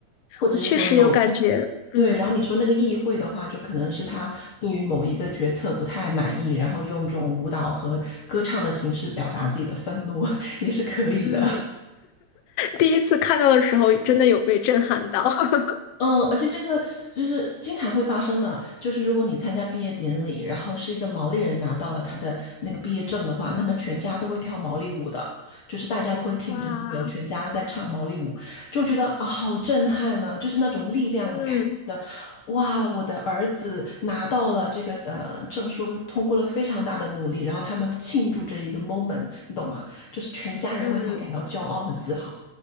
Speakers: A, on the left (about 60°); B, on the left (about 80°).
A: 或者是说你有
B: 我确实有感觉，
A: 对，
B: 嗯
A: 然后你说那个议会的话，就可能是他对于某一个决策不太满意，然后用这种舞蹈和歌唱的形式表达自己的愤怒 <laughs> 也是可以的。
B: 嗯。第一次看到的时候，真的有被震撼到。<laughs>
A: 嗯，而且这个就是经常会发生的，就是如果你参加毕业典礼，然后是一个毛利人拿到了他的那个毕业证的话，那么全家都会跳毛利舞的，就是大家都会听着那个全家在唱毛利舞，
B: 哇，
A: 就觉得啊，好震撼呐、就是那种力量感的，
B: 嗯
A: 哇，我的儿子拿到了这个呃证书，通过了非常大的努力，然后他们庆祝这一个 moment，你懂吗？就是全家人为他感到骄傲和自豪。
B: 嗯